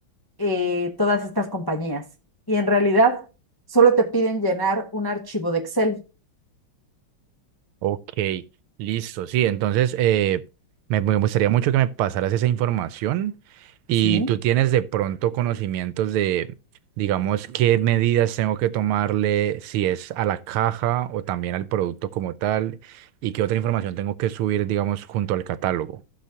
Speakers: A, on the left; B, on the right.
A: eh, todas estas compañías. Y en realidad solo te piden llenar un archivo de Excel,
B: Ok, listo, sí, entonces eh, me, me gustaría mucho que me pasaras esa información y
A: ¿sí?
B: tú tienes de pronto conocimientos de, digamos, qué medidas tengo que tomarle, si es a la caja o también al producto como tal, y qué otra información tengo que subir, digamos, junto al catálogo.